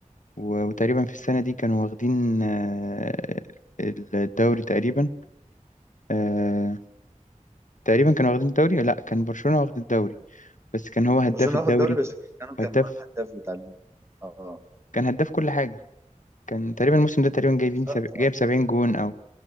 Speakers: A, on the left; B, on the right.
A: و- وتقريبا في السنة دي كانوا واخدين آه، الدوري تقريبا آه، تقريبا كانوا واخدين الدوري لا كان برشلونة واخد الدوري بس كان هو هداف
B: برشلونة
A: الدوري
B: واخد دوري بس كريستيانو كان
A: هداف
B: هو الهداف بتاع الم- اه
A: كان هداف كل حاجة كان تقريبا الموسم ده تقريبا جايبين
B: بالظبط
A: سب...
B: اه
A: جايب 70 جون او